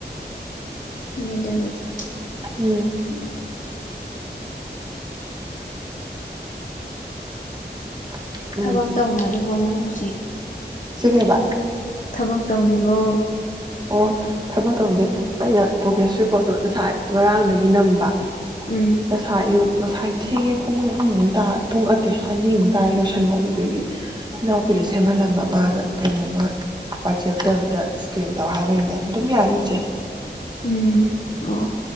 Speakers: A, on the left (about 45°); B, on the right (about 25°).
A: <inaudible>
B: ꯎꯝ <inaudible> <inaudible> ꯎꯝ
A: ꯊꯕꯛ ꯇꯧꯅꯔꯤꯕꯣ ꯅꯣꯏ ꯍꯧꯖꯤꯛ
B: ꯁꯤꯅꯦꯕ
A: ꯊꯕꯛ ꯇꯧꯔꯤꯕꯣ
B: ꯑꯣ ꯊꯕꯛ ꯇꯧꯗꯦ ꯑꯩꯅ ꯄ꯭ꯔꯣꯒ꯭ꯔꯦꯁ ꯔꯤꯄꯣꯔꯠꯇꯣ ꯉꯁꯥꯏ ꯉꯔꯥꯡꯗꯒꯤ ꯅꯝꯕ
A: ꯎꯝ
B: ꯉꯁꯥꯏ ꯑꯌꯨꯛ ꯉꯁꯥꯏ ꯊꯦꯡꯉꯦ ꯄꯨꯡ ꯑꯍꯨꯝꯃꯨꯛꯇꯥ ꯄꯨꯡ ꯑꯠꯇꯦ ꯑꯅꯤꯃꯨꯛ ꯇꯥꯔꯦ ꯂꯣꯏꯁꯟꯕ ꯑꯗꯨꯗꯨꯒꯤ ꯏꯅꯥꯎꯄꯤꯗ ꯁꯦꯝꯍꯜꯂꯝꯕ ꯃꯥꯅ ꯀꯩꯅꯣꯝꯃ ꯋꯥꯆꯦꯞꯇ ꯑꯝꯇ ꯏꯁꯀꯦꯟ ꯇꯧ ꯍꯥꯏꯕꯅꯤꯗ ꯑꯗꯨꯝ ꯌꯥꯅꯤꯆꯦ
A: ꯎꯝ ꯑꯣ ꯑꯣ